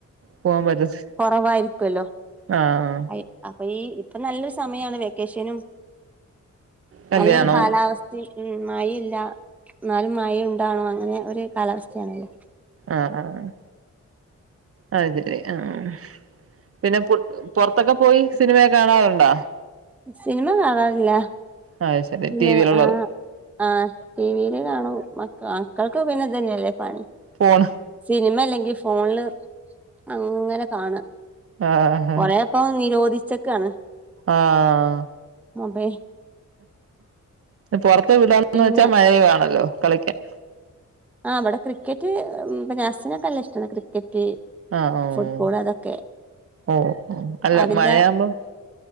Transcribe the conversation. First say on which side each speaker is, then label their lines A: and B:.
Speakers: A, on the right; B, in the centre.
A: പോവാംമ്പറ്റത്തി
B: കൊറവായിരിക്കൊല്ലോ
A: ആഹ് ആഹ്
B: എഹ് അപ്പൊ ഈ ഇപ്പൊ നല്ലൊരു സമയാണ് വെക്കേഷനും
A: കല്യാണം
B: നല്ലൊരു കാലാവസ് ഉം മഴ ഇല്ല ന്നാലും മഴണ്ടേനും അങ്ങനെ ഒര് കാലാവസ്ഥയാണല്ലേ
A: ആഹ് ആഹ് അത് ശെരി ആഹ് പിന്നെ പുട് പൊറ്ത്തൊക്കെ പോയി സിനിമയൊക്കെ കാണാറ്ണ്ടോ
B: സിനിമ കാണാറില്ല
A: അത് ശരി
B: പിന്നെ
A: ടിവിയിലുള്ളത്
B: ആഹ് ആഹ് ടിവീല് കാണും മക്ക മക്കൾക്ക് പിന്നെ ഇതന്നെല്ലേ പണി
A: ഫോണ്
B: സിനിമല്ലെങ്കി ഫോണില് അങ്ങനെ കാണ
A: ആഹ്
B: കൊറെ പ്പൊ നിരോധിച്ചക്കാണ്
A: ആഹ്
B: അതെ
A: പൊറത്ത് വിടാന്ന്
B: പിന്നെ
A: വെച്ചാ മഴെ ആണല്ലോ കളിക്ക്യാൻ
B: ആഹ് ഇവട ക്രിക്കറ്റ് ഉം അസ്സിനൊക്ക നല്ല ഇഷ്ടാണ് ക്രിക്കറ്റ്
A: ആഹ് ഓഹ്
B: ഫുട്ബോള് അതൊക്കെ
A: ഓഹ് ഓഹ് അല്ല
B: അതിന്റ
A: മഴയാവുമ്പം